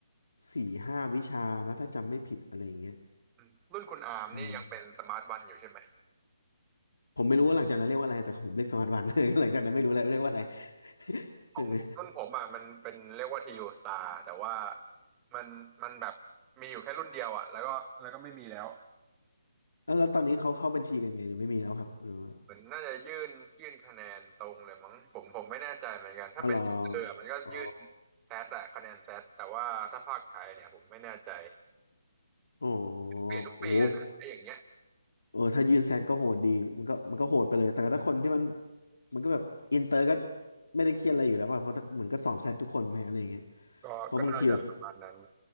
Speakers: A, on the left; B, on the right.
A: สี่ห้าวิชานะถ้าจำไม่ผิดอะไรอย่างเงี้ย
B: อืมรุ่นคุณอาร์มนี่ยังเป็นสมาร์ทวันอยู่ใช่ไหม
A: อืมผมไม่รู้ว่าหลังจากนั้นเรียกว่าอะไรแต่ของผมเรียกสมาร์ทวัน <laughs> หลังจากนั้นไม่รู้แล้วเรียกว่าอะไร <laughs>
B: ของรุ่นผมอ่ะมันเป็นเรียกว่าทีโอสตาร์แต่ว่า
A: ใช่ไหม
B: มันมันแบบมีอยู่แค่รุ่นเดียวอ่ะแล้วก็แล้วก็ไม่มีแล้ว
A: แล้วแล้วตอนนี้เขาเข้าบัญชีกันไงหรือไม่มีแล้วครับหรือว่า
B: เหมือนน่าจะยื่นยื่นคะแนนตรงเลยมั้งผมผมไม่แน่ใจเหมือนกันถ้าเป็นเออมันก็ยื่น
A: อ๋อเหรออ๋อ
B: แซดอะคะแนนแซดแต่ว่าถ้าภาคไทยเนี่ยผมไม่แน่ใจ
A: อ๋อ
B: เปลี่ยนทุกปีเลยนะไอ้อย่างเงี้ย
A: โอ้โห เออถ้ายื่นแซดก็โหดดีมันก็มันก็โหดไปเลยแต่ถ้าคนที่มันมันก็แบบอินเตอร์ก็ไม่ได้เครียดอะไรอยู่แล้วป่ะเพราะเหมือนก็สอบแซดทุกคนไหมอะไรอย่างเงี้ย
B: ก็ก็น่าจะประมาณนั้น
A: เพราะบางทีแบบ